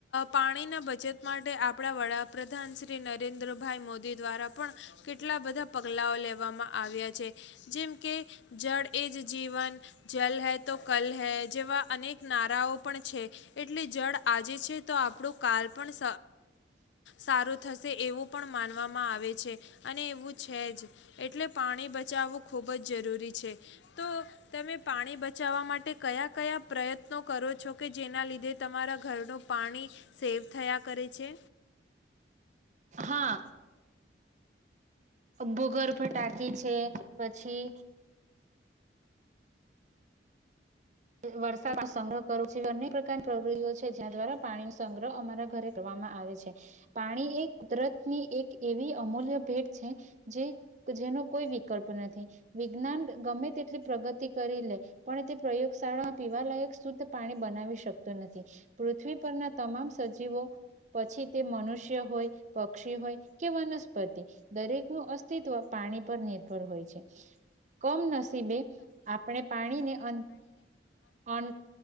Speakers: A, on the left; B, on the right.
A: પાણીના બચત માટે આપણા વડાપ્રધાન શ્રી નરેન્દ્રભાઈ મોદી દ્વારા પણ કેટલા બધા પગલાંઓ લેવામાં આવ્યા છે. જેમ કે, જળ એ જ જીવન જલ હે તો કલ હે. જેવા અનેક નારાઓ પણ છે. એટલે જળ આજે છે. તો આપણું કાલ પણ સારું થશે એવું પણ માનવામાં આવે છે. અને એવું છે. જ એટલે પાણી બચાવવું ખૂબ જ જરૂરી છે. તો તમે પાણી બચાવવા માટે કયા કયા પ્રયત્નો કરો છો કે જેના લીધે તમારા ઘરનું પાણી સેવ થયા કરે છે.
B: હા, ભૂગર્ભ ટાકી છે. પછી વરસાદનો સંગ્રહ કરવું અનેક પ્રકારની પ્રવૃત્તિઓ છે. જ્યાં દ્વારા પાણીનો સંગ્રહ અમારા ઘરે કરવામાં આવે છે, પાણી એ કુદરતની એક એવી અમૂલ્ય ભેટ છે જે જેનો કોઈ વિકલ્પ નથી વિજ્ઞાન ગમે તેટલી પ્રગતિ કરી લે પણ તે પ્રયોગ શાળામાં પીવાલાયક શુદ્ધ પાણી બનાવી શકતું નથી. પૃથ્વી પરના તમામ સજીવો પછી તે મનુષ્ય હોય, પક્ષી હોય, કે વનસ્પતિ દરેક નું અસ્તિત્વ પાણી પર નિર્ભર હોય છે. કમ નસીબે આપણે પાણીને અન અન